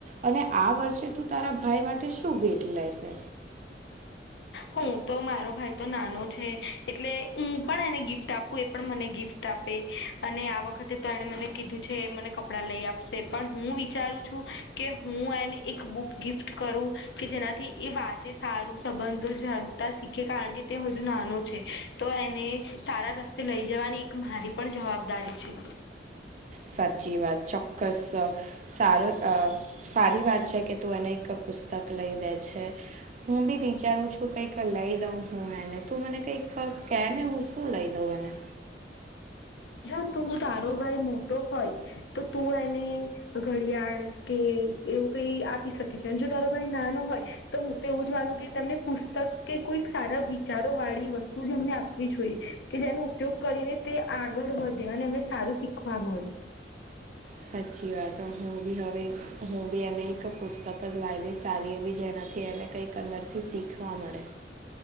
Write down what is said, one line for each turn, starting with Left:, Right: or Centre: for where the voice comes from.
Right: અને આ વર્ષે તું તારા ભાઈ માટે શું ભેટ લેશે.
Left: હું તો મારો ભાઈ તો નાનો છે એટલે હું પણ એને ગિફ્ટ આપું એ પણ મને ગિફ્ટ આપ અને આ વખતે તો એને મને કીધું છે મને કપડા લઈ આપશે પણ હું વિચારું છું કે હું એને એક બુક ગિફ્ટ કરું કે જેનાથી એ વાંચે સારું સંબંધો જાણતા શીખે કારણ કે તે હજુ નાનો છે તો એને સારા રસ્તે તે લઈ જવાની એક મારી પણ જવાબદારી છે
Right: સાચી વાત ચોક્કસ સારું સારી વાત છે કે તું એને એક પુસ્તક લઈ દે છે હું બી વિચારું છું કઈક લઈ દઉં હું હેને તું મને કંઈક કહે ને હું શું લઈ દઉં એને
Left: જો તું તારો ભાઈ મોટો હોય તો તું એને ઘડિયાળ કે એવું કઈ આપી શકે છે અને જો તારો ભાઈ નાનો હોય તો હું તો એવું જ માનું કે તેમને પુસ્તક કે કોઈક સારા વિચારો વાળી વસ્તુ એમને આપવી જોઈએ કે જેનો ઉપયોગ કરીને તે આગળ વધે અને એમાં સારું શીખવા મળે
Right: સાચી વાત હું બી હવે હું બી એને એક પુસ્તક જ લાવી દઈશ સારી એવી જેના થી એને કંઈક અંદરથી શીખવા મળે